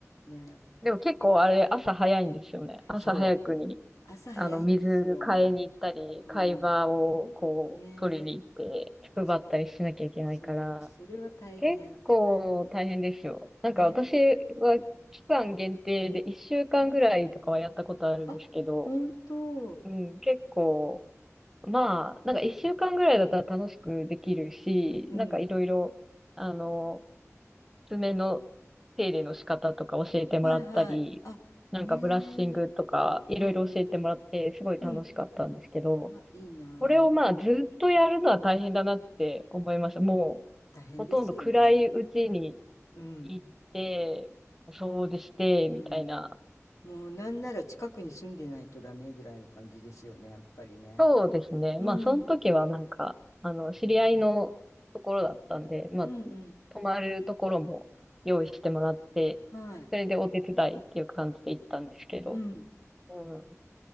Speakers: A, on the left (about 80°); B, in the centre.
A: ね。
B: でも結構あれ、朝早いんですよね。朝早くに
A: そう。朝早いんですよ。
B: あの、水買いに行ったり、
A: うん。
B: 貝場をこう、
A: ねえ。
B: 取りに行って、配ったりしなきゃいけないから、
A: そう。そう。それは大変。
B: 結構大変ですよ。
A: うん、
B: なんか私は期間限定で1週間ぐらいとかはやったことあるんですけど、
A: ねえ。あ、本当。
B: うん、結構、まあ、なんか1週間ぐらいだったら楽しくできるし、
A: うん。うん。
B: なんかいろいろ、あの、爪の手入れの仕方とか教えてもらったり、
A: はいはい。あ、
B: なんかブラッシングとかいろいろ教えてもらってすごい楽しかったんですけど、
A: ねえ。うんうん。うん。あ、いいなあ。
B: これをまあずっとやるのは大変だなって思いました。も
A: 大変ですよね。
B: うほとんど暗いうちに
A: うん。
B: 行って、掃除して、
A: うん。
B: みたいな。
A: もうなんなら近くに住んでないとダメぐらいの感じですよね、やっぱりね。
B: そうですね。
A: うん。
B: まあその時はなんか、あの、知り合いのところだったんで、まあ、
A: うんうん。
B: 泊まるところも用意してもらって、
A: はい。
B: それでお手伝いっていう感じで行ったんですけど、
A: うん。
B: うん。